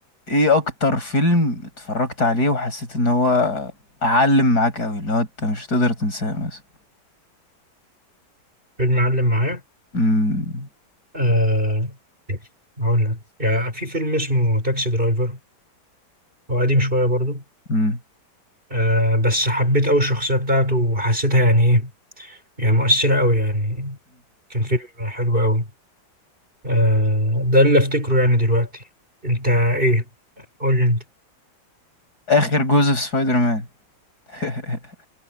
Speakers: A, on the left (about 55°); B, on the right (about 25°).
A: ايه اكتر فيلم اتفرجت عليه وحسيت ان هو علم معاك قوي اللي هو انت مش هتقدر تنساه مثلا
B: فيلم معلم معايا
A: امم
B: آه هقول لك يعني في فيلم اسمه تاكسي درايفر هو قديم شوية برضو
A: امم
B: آه بس حبيت قوي الشخصية بتاعته وحسيتها يعني ايه يعني مؤثرة قوي يعني كان فيلم حلو قوي آه ده اللي افتكره يعني دلوقتي انت ايه قول لي انت
A: اخر جزء في سبايدر مان <laughs>